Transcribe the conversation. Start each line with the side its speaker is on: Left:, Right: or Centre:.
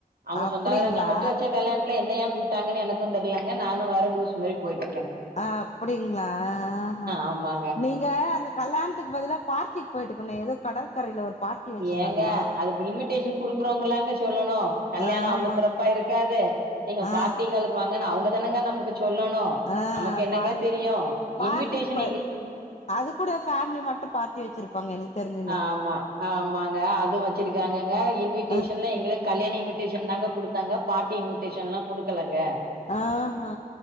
Right: அவங்க
Left: அப்டிங்களா
Right: சொந்தகரங்க மட்டு வச்ச கல்யாண என்ன ஏ கூப்ட்டாங்க எனக்கு தெரிலேங்க நானு வேற லூசு மாரி போய்ட்டு இருக்க
Left: ஆ அப்டிங்களா ஆஹஹ.
Right: ஆமா
Left: நீங்க அந்த கல்யாணத்துக்கு பதுல பார்ட்டிக்கு போயிட்டுக்க ஏதோ கடற்கரையில ஒரு பார்ட்டி வச்சிருந்தாங்களா
Right: ஏங்க அது இன்விடேஷன் குடுக்குறோங்கல் தான சொல்லணு கல்யாண
Left: ஆமாங்க
Right: அவ்வளவு சிறப்பா இருக்காது நீங்க
Left: ஆ
Right: பார்ட்டி ஹால் வாங்கன்னு அவங்க தான நமக்கு சொல்லணு
Left: ஆ
Right: நமக்கு என்னங்க
Left: பா
Right: தெரியு
Left: பார்ட்டிக்கு
Right: இன்விட்டேஷன்
Left: போய் அது கூட ஃபேமிலி மட்டு பார்ட்டி வச்சிரு பாங்க எனக்கு தெரி்ஞ்சு
Right: ஆமா ஆமாங்க அது வச்சிருக்காங்கங்க இன்விட்டேஷன்ல
Left: ஆ
Right: எங்களுக்கு கல்யாண இன்விட்டேஷன் தாங்க குடுத்தாங்க பார்ட்டி இன்விட்டேஷன் எல்லா குடுக்கலங்க
Left: ஆஹ்ஹா